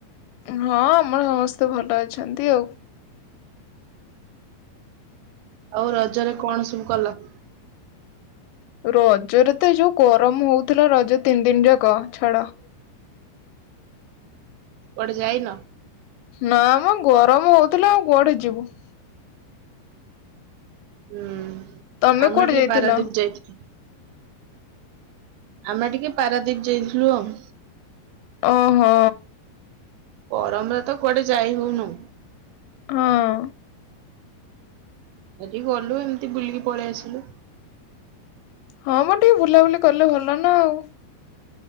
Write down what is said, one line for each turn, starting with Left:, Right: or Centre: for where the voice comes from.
Left: ହଁ ଆମର ସମସ୍ତେ ଭଲ ଅଛନ୍ତି ଆଉ।
Right: ଆଉ ରଜରେ କଣ ସବୁ କଲ?
Left: ରଜରେ ତ ଏଇ ଯୋଉ ଗରମ ହୋଉଥିଲା ରଜ ତିନି ଦିନି ଯାକ। ଛାଡ
Right: କୁଆଡେ ଯାଇନ?
Left: ନା ମ ଗରମ ହୋଉଥିଲା ଆଉ କୁଆଡେ ଯିବୁ।
Right: ହୁଁ
Left: ତମେ
Right: ଆମେ
Left: କୁଆଡେ
Right: ଟିକିଏ
Left: ଯାଇଥିଲ?
Right: ପାରାଦ୍ୱୀପ୍ ଯାଇଥିଲୁ। ଆମେ ଟିକିଏ ପାରାଦ୍ୱୀପ୍ ଯାଇଥିଲୁ ଆଉ।
Left: ଓହୋ।
Right: ଗରମରେ ତ କୁଆଡେ ଯାଇ ହୋଉନୁ।
Left: ହଁ।
Right: ଆଜି ଗଲୁ ଏମିତି ବୁଲିକି ପଳେଇ ଆସିଲୁ।
Left: ହଁ ମ ଟିକିଏ ବୁଲାବୁଲି କଲେ ଭଲ ନା ଆଉ।